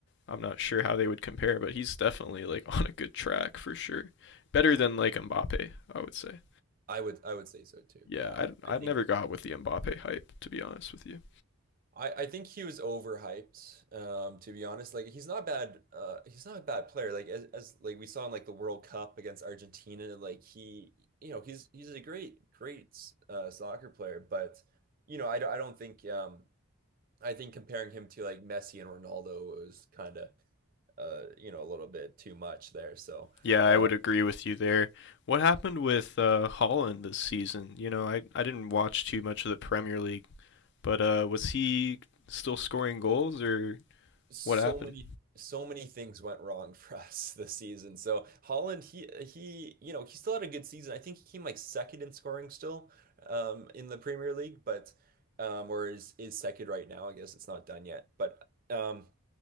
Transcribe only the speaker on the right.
yeah.
I would I would say so too.
Yeah, I,
I
think
I, I think he was overhyped, um, to be honest. Like he's not bad uh he's not a bad player. Like as, as like we saw in like the World Cup against Argentina, like he you know, he's he's a great great uh soccer player, but you know, I, don't- I don't think um I think comparing him to like Messi and Ronaldo was kind of uh you know, a little bit too much there. So,
uh,
so
many so many things went wrong for <laughs> us this season. So Holland, he he, you know, he still had a good season. I think he came like second in scoring still um, in the Premier League, but um, or is is second right now. I guess it's not done yet. But um,